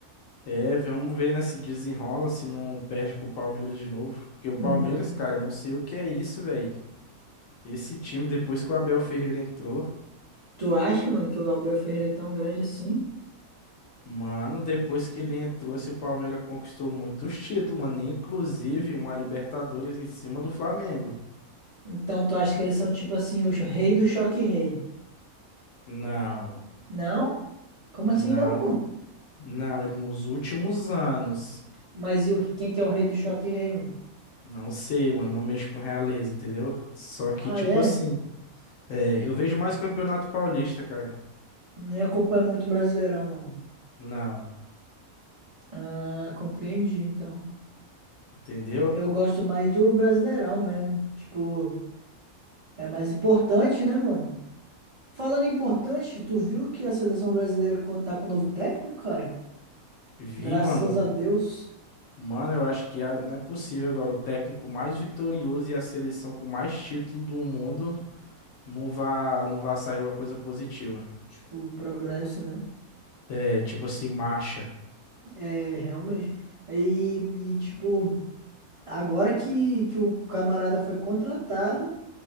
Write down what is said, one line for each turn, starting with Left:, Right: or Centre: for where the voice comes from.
Left: É, vamos ver, né, se desenrola, se não perde pro Palmeiras de novo. Porque o Palmeiras,
Right: Hum, Não.
Left: cara, não sei o que é isso, velho. Esse time, depois que o Abel Ferreira entrou,
Right: Tu acha, mano, que o Gabriel Ferreira é tão grande assim?
Left: mano, depois que ele entrou, se o Palmeiras conquistou muitos títulos, mano. Inclusive uma Libertadores em cima do Flamengo.
Right: Então tu acha que eles são tipo assim, o rei do choque rei?
Left: Não,
Right: Não? Como
Left: não,
Right: assim não, pô?
Left: não. Ele nos últimos anos.
Right: Mas e o, quem que é o rei do choque rei, mano?
Left: Não sei, mano, não mexo com realeza, entendeu? Só
Right: Ah,
Left: que, tipo
Right: é?
Left: assim, é, eu vejo mais Campeonato Paulista, cara.
Right: Nem acompanho muito Brasileirão, não.
Left: Não,
Right: Ah, compreendi, então.
Left: entendeu?
Right: Eu gosto mais do Brasileirão mesmo. Tipo, é mais importante, né, mano? Falando em importante, tu viu que a seleção brasileira co- tá com um novo técnico, cara?
Left: Vi,
Right: Graças
Left: mano.
Right: a Deus.
Left: Mano, eu acho que ah, não é possível agora. O técnico mais vitorioso e a seleção com mais título do mundo não vá, não vá sair alguma coisa positiva.
Right: Tipo, progresso, né?
Left: É, tipo assim, marcha.
Right: É, realmente. É, E, e tipo, agora que, que o camarada foi contratado,